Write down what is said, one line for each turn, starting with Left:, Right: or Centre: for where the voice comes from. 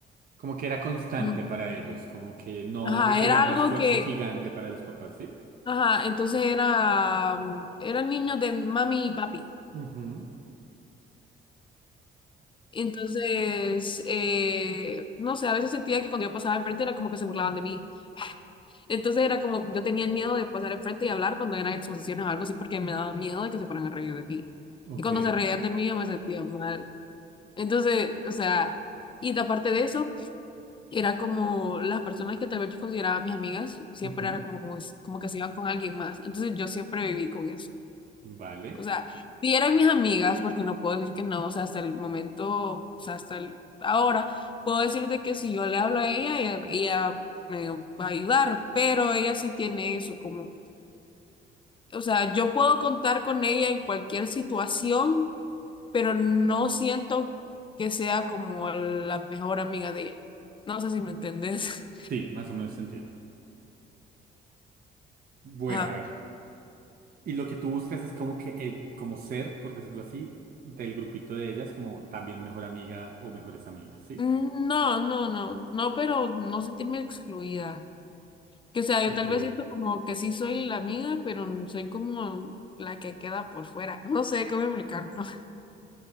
Right: Como que era constante
Left: mm,
Right: para ellos, como que no
Left: ajá,
Right: requería
Left: era
Right: un
Left: algo
Right: esfuerzo
Left: que,
Right: gigante para los papás, ¿sí?
Left: ajá, entonces era, mm, eran niños de mami y papi.
Right: Ujú,
Left: Entonces, eh, no sé, a veces sentía que cuando yo pasaba enfrente era como que se burlaban de mí Entonces era como, yo tenía el miedo de pasar enfrente y hablar cuando eran exposiciones o algo así, porque me daba miedo de que se fueran a reír de mí.
Right: Ok,
Left: Y cuando se reían de mí, yo me sentía mal. Entonces, o sea, y aparte de eso, era como las personas que tal vez yo consideraba mis amigas, siempre
Right: ujú,
Left: era como, como, como que se iban con alguien más. Entonces yo siempre viví con eso.
Right: Vale.
Left: O sea, sí eran mis amigas, porque no puedo decir que no, o sea, hasta el momento, o sea, hasta el- ahora, puedo decirte que si yo le hablo a ella, ella, ella me va a ayudar, pero ella sí tiene eso como, o sea, yo puedo contar con ella en cualquier situación, pero no siento que sea como la mejor amiga de ella. No sé si me entendés.
Right: Sí, más o menos te entiendo. Bueno,
Left: <laughs> Ajá.
Right: a ver. Y lo que tú buscas es como que, eh, como ser, por decirlo así, del grupito de ellas, como también mejor amiga o mejores amigas, ¿sí?
Left: Mm, No, no, no, no, pero no sentirme excluida. Que o sea,
Right: Ok,
Left: yo tal vez siento como que sí soy la amiga, pero n- soy como la que queda por fuera. <laughs> No sé cómo explicar. <laughs>